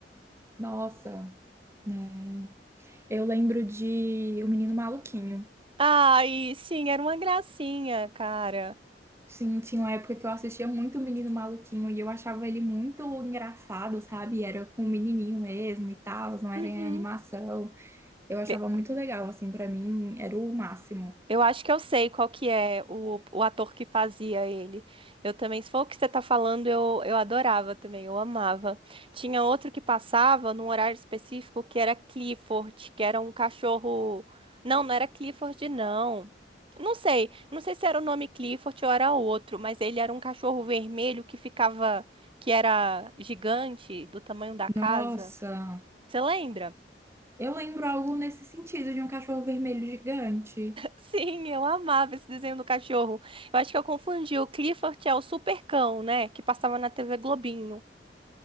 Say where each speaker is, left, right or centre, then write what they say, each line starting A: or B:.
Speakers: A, on the right; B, on the right.
A: Nossa, né? Eu lembro de O Menino Maluquinho.
B: Ai, sim, era uma gracinha, cara.
A: Sim, tinha uma época que eu assistia muito O Menino Maluquinho e eu achava ele muito engraçado, sabe? Era com o menininho mesmo e tal, não era
B: Uhum.
A: em animação. Eu achava
B: E-
A: muito legal, assim, pra mim era o máximo.
B: Eu acho que eu sei qual que é o, o ator que fazia ele. Eu também, se for o que você tá falando, eu, eu adorava também, eu amava. Tinha outro que passava num horário específico que era Clifford, que era um cachorro. Não, não era Clifford, não. Não sei, não sei se era o nome Clifford ou era outro, mas ele era um cachorro vermelho que ficava, que era gigante, do tamanho da casa.
A: Nossa!
B: Você lembra?
A: Eu lembro algo nesse sentido de um cachorro vermelho gigante.
B: Sim, eu amava esse desenho do cachorro. Eu acho que eu confundi. O Clifford é o Supercão, né? Que passava na TV Globinho.